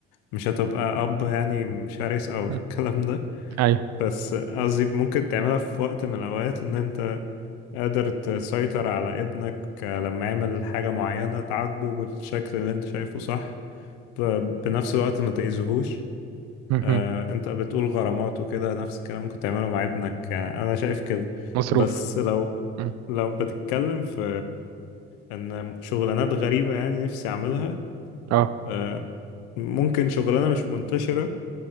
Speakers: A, on the left; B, on the right.
A: مش هتبقى اب يعني مش هرس او
B: مم.
A: الكلام ده
B: ايوه
A: بس قصدي ممكن تعملها في وقت من الاوقات ان انت قادر تسيطر على ابنك لما يعمل حاجة معينة تعاقبه بالشكل اللي انت شايفه صح ب- بنفس الوقت ما تأذيهوش
B: مهم.
A: آه، انت بتقول غرامات وكده نفس الكلام ممكن تعمله مع ابنك يعني انا شايف كده
B: مصروف
A: بس لو
B: مم.
A: لو بتتكلم في ان شغلانات غريبة يعني نفسي اعملها
B: اه
A: آه، ممكن شغلانة مش منتشرة